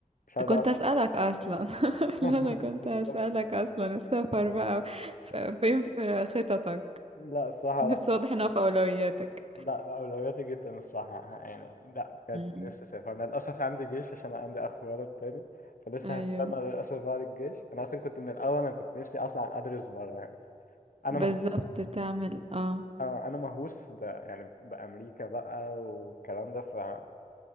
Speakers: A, on the left; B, on the right.
A: مش عايز
B: كنت
A: أقعد
B: اسالك اصلا <laughs>
A: <laughs>
B: لا انا كنت
A: بالظبط
B: هسألك اصلا السفر بقى ف- فين في خططك
A: لا الصراحة
B: بس
A: لا
B: واضح انها في اولوياتك
A: لا أولوياتي جدا الصراحة يعني لا بجد
B: مم.
A: نفسي أسافر أنا للأسف عندي جيش عشان أنا عندي أخ ولد تاني فلسه
B: ايوه
A: هستنى للأسف بعد الجيش أنا أصلا كنت من الأول أنا كنت نفسي أطلع أدرس بره يعني انا
B: بالظبط
A: مهووس
B: تعمل اه
A: آه، انا مهووس ب... يعني بامريكا بقى والكلام ده ففي